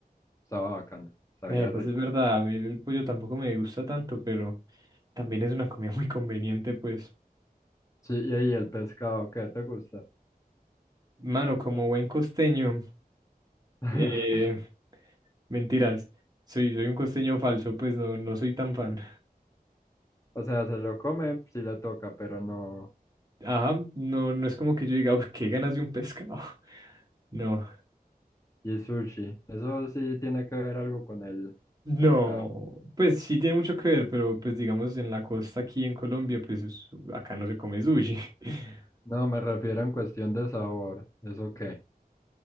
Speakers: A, on the left; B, on the right.
A: estaba bacano, sabía
B: Eh, pues
A: rico.
B: es verdad, a mí el pollo tampoco me gusta tanto, pero también es una comida muy conveniente, pues.
A: Sí, y ahí el pescado, ¿qué te gusta?
B: Mano, como buen costeño,
A: <laughs>
B: eh, mentiras, soy, soy un costeño falso, pues no, no soy tan fan.
A: O sea, se lo come si le toca, pero no.
B: Ajá, no, no es como que yo diga, "Uf, qué ganas de un pescado. <laughs> No,
A: Y sushi, eso sí tiene que ver algo con el
B: no,
A: pescado.
B: pues sí tiene mucho que ver, pero pues digamos en la costa aquí en Colombia, pues es- acá no se come sushi. <laughs>
A: No, me refiero en cuestión de sabor. ¿Eso qué?